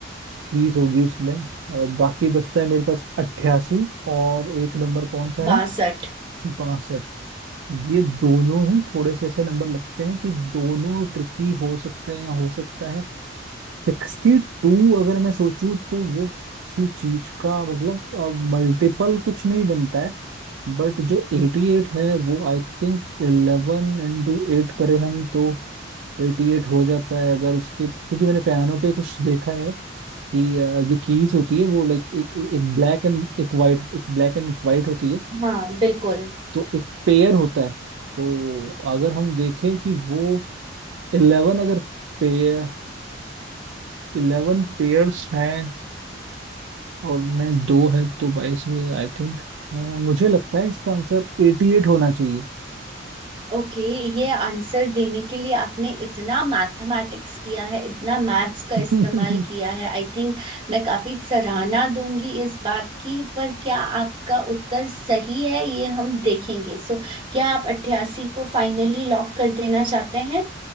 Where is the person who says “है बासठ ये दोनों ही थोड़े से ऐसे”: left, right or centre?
Right